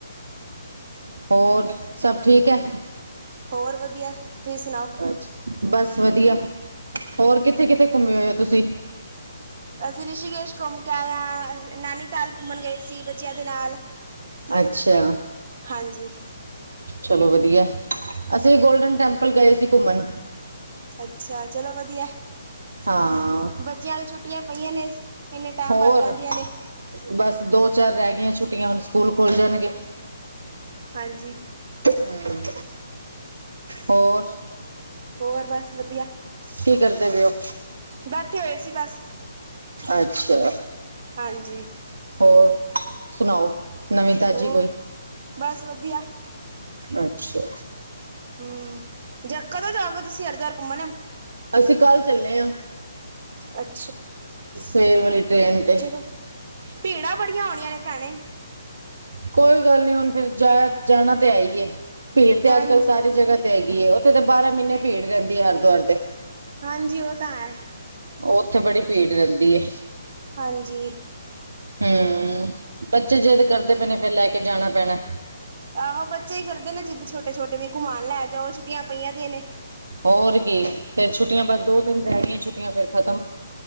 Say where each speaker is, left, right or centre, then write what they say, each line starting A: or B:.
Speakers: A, on the right (about 70°); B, on the right (about 50°).
A: ਹੋਰ, ਸਭ ਠੀਕ ਹੈ?
B: ਹੋਰ ਵਧੀਆ, ਤੁਹੀ ਸੁਣਾਓ?
A: ਅੱਜ, ਬਸ ਵਧੀਆ ਹੋਰ ਕਿੱਥੇ-ਕਿੱਥੇ ਘੁੰਮੇ ਹੋਏ ਓ ਤੁਸੀ?
B: ਅਸੀਂ ਰਿਸ਼ੀਕੇਸ਼ ਘੁੰਮਕੇ ਆਏ ਆ, ਨੈਨੀਤਾਲ ਘੁੰਮਣ ਗਏ ਸੀ, ਬੱਚਿਆਂ ਦੇ ਨਾਲ।
A: ਅੱਛਾ।
B: ਹਾਂਜੀ।
A: ਚਲੋ ਵਧੀਆ ਅਸੀ ਵੀ ਗੋਲਡਨ ਟੈਂਪਲ ਗਏ ਸੀ ਘੁੰਮਣ।
B: ਅੱਛਾ ਚਲੋ ਵਧੀਆ।
A: ਹਾਂ।
B: ਬੱਚਿਆਂ ਦੇ ਛੁੱਟੀਆਂ ਪਈਆਂ ਨੇ। ਇੰਨੇ ਟਾਈਮ
A: ਹੋਰ
B: ਬਾਅਦ ਪੈਂਦੀਆਂ ਨੇ
A: ਬਸ ਦੋ ਚਾਰ ਰਹਿ ਗਈਆਂ ਛੁੱਟੀਆਂ ਹੁਣ ਸਕੂਲ ਖੁੱਲ ਜਾਣਗੇ।
B: ਹਾਂਜੀ।
A: ਹਮ ਹੋਰ।
B: ਹੋਰ ਬਸ ਵਧੀਆ।
A: ਕੀ ਕਰਦੇ ਪਏ ਹੋ।
B: ਬੱਠੇ ਹੋਏ ਸੀ ਬਸ।
A: ਅੱਛਾ।
B: ਹਾਂਜੀ।
A: ਹੋਰ, ਸੁਣਾਓ? ਨਵੀਂ ਤਾਜ਼ੀ
B: ਹੋਰ,
A: ਕੋਈ?
B: ਬਸ ਵਧੀਆ।
A: ਅੱਛਾ।
B: ਹੂੰ, ਜੇ ਕਦੋਂ ਜਾਓਗੇ ਤੁਸੀ ਹਰਿਦੁਆਰ ਘੁੰਮਣ।
A: ਅਸੀਂ ਕੱਲ ਚੱਲੇ ਆਂ।
B: ਅੱਛਾ।
A: ਸਵੇਰ ਵਾਲੀ ਟ੍ਰੇਨ ਤੇ।
B: ਚਲੋ ਭੀੜਾਂ ਬੜੀਆਂ ਹੋਣੀਆਂ ਨੇ ਭੈਣੇ।
A: ਕੋਈ ਗੱਲ ਨਹੀਂ ਹੁਣ ਫੇਰ ਜਾਇਆ, ਜਾਣਾ ਤੇ ਹੈਹੀ ਏ, ਭੀੜ ਤੇ
B: ਹਾਂ
A: ਅੱਜ-ਕੱਲ ਸਾਰੀ ਜਗ੍ਹਾ ਹੈਗੀ ਏ, ਉੱਥੇ ਤਾ ਬਾਰਾਂ ਮ੍ਹੀਨੇ ਭੀੜ ਰਹਿੰਦੀ ਏ, ਹਰਿਦੁਆਰ ਤੇ।
B: ਹਾਂਜੀ, ਉਹ ਤਾ ਹੈ।
A: ਉੱਥੇ ਬੜੀ ਭੀੜ ਰਹਿੰਦੀ ਏ।
B: ਹਾਂਜੀ।
A: ਹੂੰ, ਬੱਚੇ ਜਿਦ ਕਰਦੇ ਪਏ ਨੇ, ਫੇਰ ਲੈਕੇ ਜਾਣਾ ਪੈਣਾ।
B: ਆਹੋ ਬੱਚੇ ਹੀ ਕਰਦੇ ਨੇ ਜਿੱਦ ਛੋਟੇ-ਛੋਟੇ ਵੀ ਘੁਮਾਣ ਲੈ ਜਾਓ, ਛੁੱਟੀਆਂ ਪਈਆਂ ਦੇ ਨੇ।
A: ਹੋਰ ਕੀ, ਫੇਰ ਛੁੱਟੀਆਂ ਬਸ ਦੋ-ਤਿੰਨ ਰਹਿ ਗੀਆਂ, ਛੁੱਟੀਆਂ ਫੇਰ ਖਤਮ।